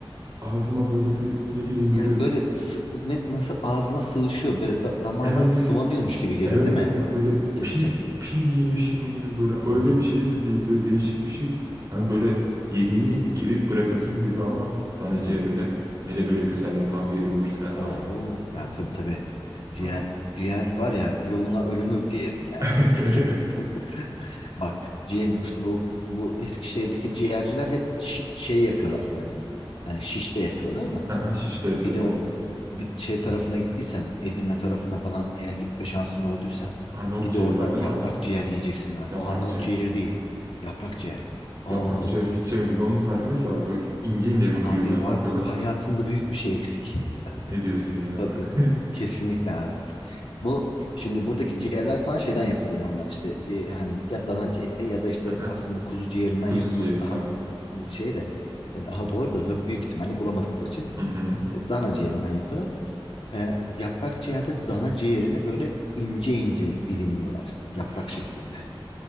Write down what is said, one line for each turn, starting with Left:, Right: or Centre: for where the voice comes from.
Right: ağzıma böyle bir ne bileyim böyle
Left: Yani böyle
Right: bir
Left: sı- ne- nasıl ağzına sığışıyor, böyle da- damağına
Right: Evet
Left: sıvanıyormuş
Right: evet.
Left: gibi geliyor
Right: Evet
Left: değil mi?
Right: evet. Ha,
Left: E,
Right: Böyle pil
Left: Yedikçe.
Right: pil yemişim gibi böyle öyle
Left: Hı hı.
Right: bir şey de değil. Böyle değişik bir şey. Hani böyle yediğimi
Left: Hı hı.
Right: geri bırakasım geliyor ama dana ciğer
Left: Evet.
Right: öyle mi? Hele böyle güzel yapan bir yer olursa
Left: Oo
Right: of
Left: ya tabii tabii. Ciğer
Right: abi.
Left: ciğer var ya yoluna ölünür ciğerin ya.
Right: <laughs>
Left: <laughs> Sıkıntı. Bak ciğerin işte bu bu Eskişehir'deki ciğerciler hep şi- şey yapıyorlar zaten. Hani şiş de yapıyorlar da.
Right: Aha, Şişte yapıyorlar
Left: Bir de o
Right: evet.
Left: bir şey tarafına gittiysen Edirne tarafına falan eğer gitme şansın olduysa
Right: Arnavut
Left: bir
Right: ciğeri
Left: de orada
Right: var değil
Left: yaprak
Right: mi orada?
Left: ciğer yiyeceksin abi.
Right: Yaprak
Left: Arnavut
Right: ciğer.
Left: ciğeri değil. Yaprak ciğer. Oo
Right: Yaprak ciğer hiç yemedim. Onun farkında ki abi böyle ince ince mi
Left: abi
Right: kıyıyorlar?
Left: bak
Right: Ne yapıyorlar?
Left: hayatında büyük bir şey eksik.
Right: Ne diyorsun
Left: <laughs>
Right: ya
Left: Batu.
Right: böyle?
Left: Kesinlikle abi. Bu şimdi buradaki ciğerler falan şeyden yapılıyor normal işte e, hani ya dana ciğeri ya da işte
Right: <laughs> Aha,
Left: aslında kuzu ciğerinden
Right: Kuzu
Left: yapılması
Right: ciğeri
Left: daha
Right: falan.
Left: m- şey de e, daha doğru da tabii büyük ihtimalle bulamadıkları için
Right: Hı hı.
Left: e, dana ciğerinden yapıyorlar. E, yaprak ciğerde dana ciğerini böyle ince ince dilimliyorlar yaprak
Right: Of.
Left: şeklinde